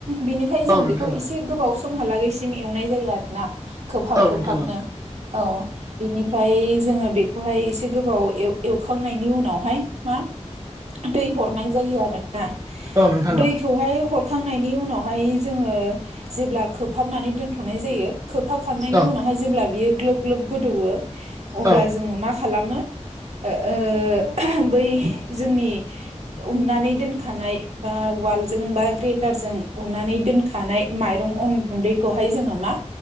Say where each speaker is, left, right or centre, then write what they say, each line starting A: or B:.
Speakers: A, on the right; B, on the right.
A: बेनिफ्राय जों
B: औ
A: बेखौ
B: नोंथां औ
A: एसे गोबाव समहालागैसिम एवनाय जायो आरोना खोबहाब
B: औ
A: खोबहाबनो
B: नोंथां औ
A: औ बिनि ओमफ्राय जोङो बेखौहाय एसे गोबाव एल एवखांनायनि उनावहाय मा दै हरनाय जायो आरोना
B: औ नोंथां औ
A: दै खौहाय हरखांनायनि उनावहाय जोङो जेब्ला खोबहाबनानै दोनथ'नाय जायो खोबहाबखांनायनि
B: औ
A: उनावहाय जेब्ला बियो ग्लोब ग्लोब गोदौयो अब्ला
B: औ
A: जोङो मा खालामो ओ बै जोंनि उननानै दोनखानाय बा उवालजों बा ग्रेन्दारजों अननानै दोनखानाय माइरं अन गुनदैखौहाय जोङो मा